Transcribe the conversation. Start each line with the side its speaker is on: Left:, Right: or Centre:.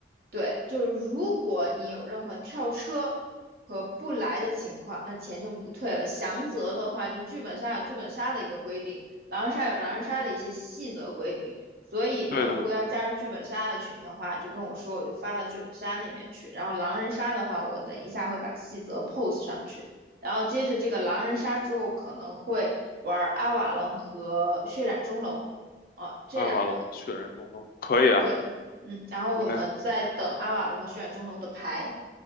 Right: 对，就是如果你有任何跳车和不来的情况，那钱就不退了。详则的话，就剧本杀有剧本杀的一个规定，狼人杀有狼人杀的一些细则规定。所以呢，
Left: 对的。
Right: 如果要加入剧本杀的群的话，就跟我说，我就发到剧本杀那边去。然后狼人杀的话，我等一下会把细则 post 上去。然后接着这个狼人杀之后，可能会玩阿瓦隆和血染钟楼，哦，这两个。
Left: 阿瓦隆，血人中龙，可以啊，
Right: 对，嗯，然后我们在等阿瓦隆和血染钟楼的牌，
Left: 喂，